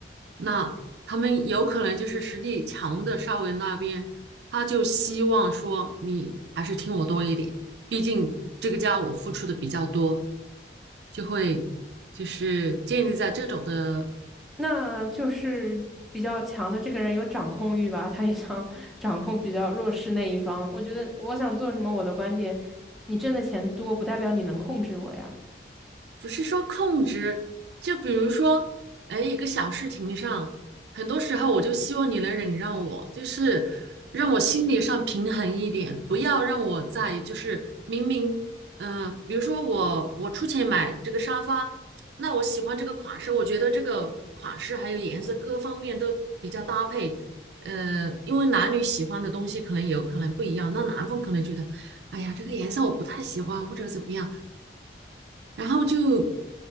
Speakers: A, on the right; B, in the centre.
A: 那他们有可能就是实力强的稍微那边，他就希望说你还是听我多一点，毕竟这个家我付出的比较多，就会就是建立在这种的
B: 那就是比较强的这个人有掌控欲吧，他也想 <laughs> 掌控比较弱势那一方。我觉得我想做什么，我的观点，你挣的钱多不代表你能控制我呀。
A: 不是说控制，就比如说，哎，一个小事情上，很多时候我就希望你能忍让我，就是让我心理上平衡一点，不要让我在就是明明，嗯、比如说我我出钱买这个沙发，那我喜欢这个款式，我觉得这个款式还有颜色各方面都比较搭配，呃，因为男女喜欢的东西可能有可能不一样，那男方可能觉得，哎呀，这个颜色我不太喜欢，或者怎么样。然后就